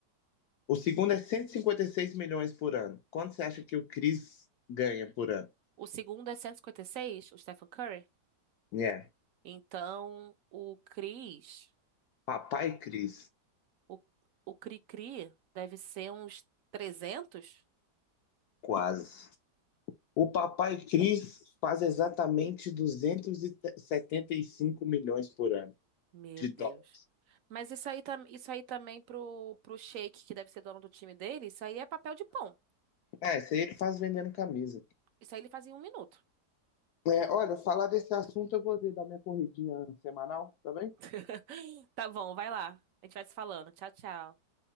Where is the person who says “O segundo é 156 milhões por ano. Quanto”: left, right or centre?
Left